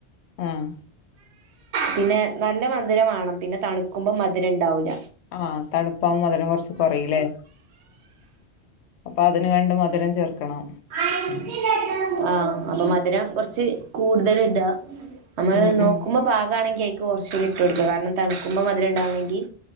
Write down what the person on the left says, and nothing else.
ആഹ്
ആഹ് തണുപ്പാവ്മ്പോ മതിരം കുറച്ച് കൊറീല്ലേ അപ്പൊ അതിന് വേണ്ട മധുരം ചേർക്കണം
ഉം
ഉം